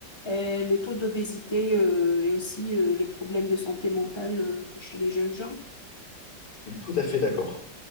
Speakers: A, on the left; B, on the left.
A: euh, le taux d'obésité euh, et aussi euh, les problèmes de santé mentale euh, chez les jeunes gens.
B: Je suis tout à fait d'accord.